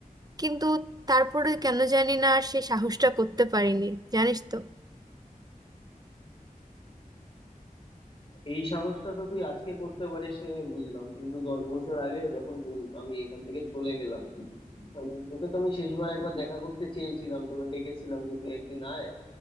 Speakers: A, on the right; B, on the left.
A: কিন্তু তারপরে কেন জানি না আর সেই সাহসটা করতে পারিনি জানিস তো
B: এই সাহসটা তো তুই আজকে করতে পারিস নি আমি বুঝলাম কিন্তু দশ বছর আগে যখন কোন- আমি এখান থেকে চলে গেলাম মানে তোকে তো আমি শেষবার একবার দেখা করতে চেয়েছিলাম তোকে ডেকেছিলাম যে তুই একদিন আয়